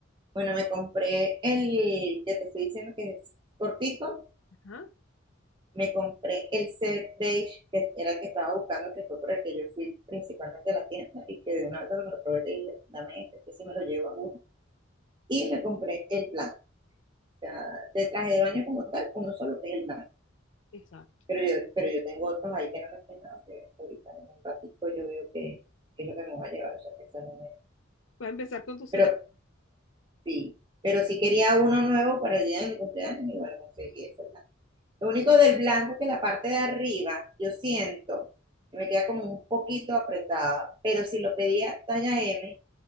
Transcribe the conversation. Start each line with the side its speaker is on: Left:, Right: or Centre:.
Right: Bueno, me compré el que te estoy diciendo que es cortico,
Left: Ajá,
Right: me compré el set beige, que era el que estaba buscando, que fue por el que yo fui principalmente a la tienda, y que de una vez cuando me lo probé le dije, dame este, que si me lo llevo a uno. Y me compré el blanco, o sea, de traje de baño como tal, uno solo que es el blanco.
Left: exacto.
Right: Pero yo, pero yo tengo otros ahí que no me he peinado, que ahorita en un ratito yo veo que, que es lo que me voy a llevar, o sea, que eso no me...
Left: Vas a empezar con tu selección,
Right: Pero sí, pero sí quería uno nuevo para el día de mi cumpleaños, y bueno, conseguí ese blanco. Lo único del blanco es que la parte de arriba, yo siento que me queda como un poquito apretada, pero si lo pedía talla M,